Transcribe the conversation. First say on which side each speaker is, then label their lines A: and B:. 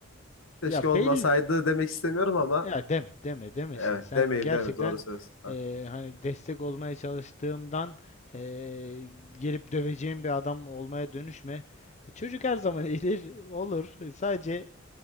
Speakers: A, on the left; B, on the left.
A: keşke
B: ya
A: olmasaydı
B: belli
A: demek istemiyorum ama
B: ya deme deme deme
A: evet
B: şimdi sen
A: demeyeyim
B: gerçekten
A: deme doğru söylüyorsun. kanka.
B: ee, hani destek olmaya çalıştığımdan ee, gelip döveceğim bir adam olmaya dönüşme. E, Çocuk her zaman <laughs> iyidir olur. E, Sadece